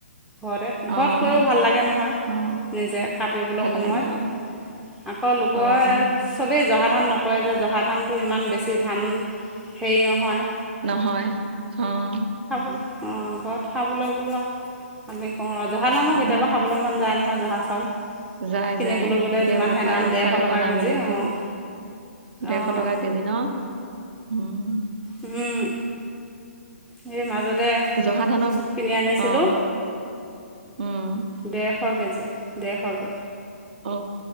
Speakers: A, in the centre; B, on the right.
A: ঘৰতে
B: অ',
A: ঘৰত কৰিও ভাল লাগে নহয়
B: অ',
A: নিজে কাটিবলৈ
B: ভাল
A: সময়ত
B: লাগে অ',
A: আকৌ লোকৰ
B: অ',
A: চবেই জহা ধান ন নকৰে যে, হয় জহা ধানটো ইমান বেছি ধান হেৰি নহয়।
B: নহয় অ।
A: অ ঘৰত খাবলৈ বোলো আৰু আমি কওঁ ৰ জহা ধানো কেতিয়াবা
B: অ',
A: খাবলৈ মন যায় নহয়। জহা চাউল।
B: যায়
A: কিনিবলৈ
B: যায়
A: গ'লে
B: কেতিয়াবা
A: যিমানহে
B: পায়স
A: দাম ডেৰশ
B: চায়স
A: টকা
B: বনাবলৈকে।
A: কেজি অঁ
B: ডেৰশ
A: অঁ
B: টকা কেজি ন উম।
A: উম। সেই মাজতে
B: জহা ধানক
A: কিনি আনিছিলোঁ।
B: অ উম
A: ডেৰশ কেজি ডেৰশকে
B: অ।